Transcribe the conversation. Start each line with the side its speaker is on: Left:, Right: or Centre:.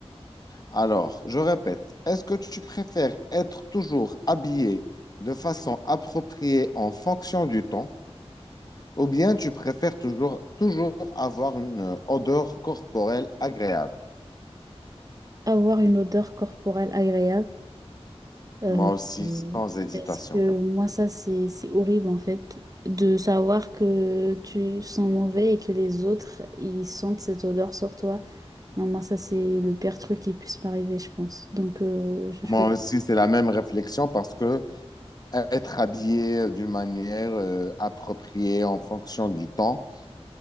Left: Alors, je répète, est-ce que tu préfères être toujours habillé de façon appropriée en fonction du temps, ou bien tu préfères toujours, toujours avoir une euh, odeur corporelle agréable?
Right: avoir une odeur corporelle agréable. euh,
Left: Moi aussi,
Right: euh,
Left: sans hésitation.
Right: parce que moi, ça, c'est, c'est horrible en fait, de savoir que tu sens mauvais et que les autres, ils sentent cette odeur sur toi. Non, moi, ça, c'est le pire truc qui puisse m'arriver, je pense. Donc, euh, je
Left: Moi
Right: souhaite.
Left: aussi, c'est la même réflexion parce que être habillé d'une manière euh, appropriée en fonction du temps.